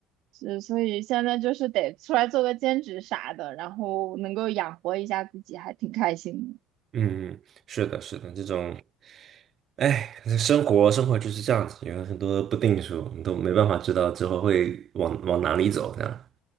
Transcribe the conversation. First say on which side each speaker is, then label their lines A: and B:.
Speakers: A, on the right (about 60°); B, on the right (about 40°).
A: 是，所以现在就是得出来做个兼职啥的，然后能够养活一下自己，还挺开心的。
B: 嗯，是的，是的，这种，哎，生活生活就是这样子，有很多不定数，你都没办法知道之后会往往哪里走，这样。